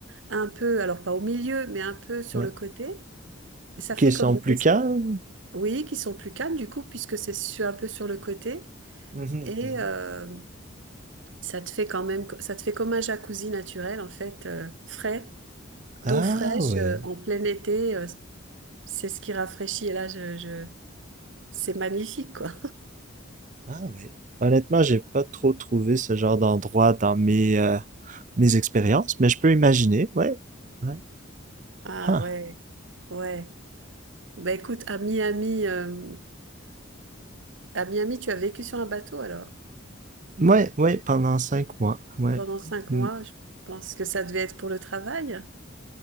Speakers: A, on the right; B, on the right.
A: un peu, alors pas au milieu, mais un peu sur
B: ouais,
A: le côté. Et ça fait
B: qui
A: comme
B: sont
A: des
B: plus
A: espèces,
B: calmes.
A: oui, qui sont plus calmes du coup, puisque c'est sur- un peu sur le côté.
B: Mhm,
A: Et
B: mhm.
A: euh, ça te fait quand même, ça te fait comme un jacuzzi naturel, en fait, euh, frais, d'eau
B: Ah
A: fraîche,
B: ouais,
A: euh, en plein été. euh, c'est ce qui rafraîchit. Et là, je, je... c'est magnifique, quoi.
B: ah ouais. Honnêtement, j'ai pas trop trouvé ce genre d'endroit dans mes, euh, mes expériences, mais je peux imaginer, ouais, ouais,
A: Ah
B: Ah.
A: ouais, ouais. Ben écoute, à Miami. euh, À Miami, tu as vécu sur un bateau alors?
B: ouais, ouais, pendant cinq mois, ouais.
A: Pendant cinq
B: Mm.
A: mois, je pense que ça devait être pour le travail.